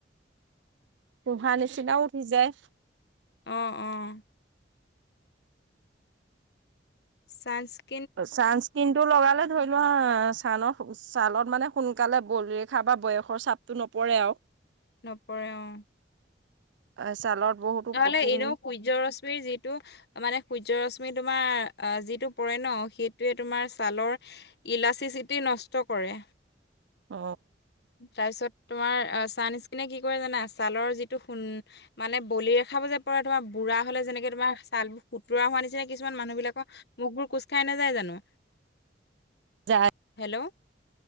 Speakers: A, on the right; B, on the left.
A: ফোঁহা নিচিনা উঠি যায়।
B: অঁ অঁ। ছান
A: ছানস্ক্ৰিনটো লগালে ধৰি লোৱা ছালৰ ছালত মানে সোনকালে বলৰেখা বা বয়সৰ চাপটো নপৰে আৰু
B: নপৰে অঁ।
A: অ ছালত বহুতো
B: নহলে
A: প্ৰটিন
B: এনেও সূৰ্য ৰশ্মিৰ যিটো মানে সূৰ্য ৰশ্মি তুমি তোমাৰ যিটো পৰে ন সেইটোৱে তোমাৰ ছালৰ ইলাচিচিটি নষ্ট ক ৰে।
A: অ
B: তাৰপিছত তোমাৰ ছানস্ক্ৰীনে কি কৰে জানা ছালৰ যিটো মানে বলিৰেখাবোৰ যে পৰে তোমাৰ বুঢ়া হলে যেনেকে তোমাৰ ছালবোৰ সুতোৰা হোৱা নিচিনা কিছুমান মানুহ বিলাকৰ মুখবোৰ খোজ খাই নাযায় জানো,
A: যায়
B: হেল্ল'!